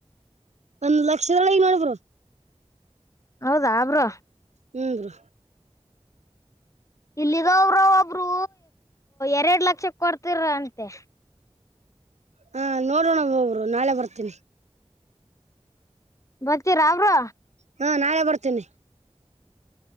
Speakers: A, on the right; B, on the left.
A: ಒಂದ ಲಕ್ಷದೊಲೀ ಗ ಬ್ರೋ.
B: ಹೌದಾ ಬ್ರೋ.
A: ಹ್ಮ.
B: ಇಲ್ಲಿ ಇದರೋ ಒಬ್ರು ಎರಡ್ ಲಕ್ಷ ಕೊಡ್ತಿರ ಅಂತೆ.
A: ಹಾ ನೋಡೋಣ ಬ್ರೋ ನಾಳೆ ಬರ್ತೀನಿ.
B: ಬರ್ತೀರಾ ಬ್ರೋ.
A: ಹಾ ನಾಳೆ ಬರ್ತೇನಿ.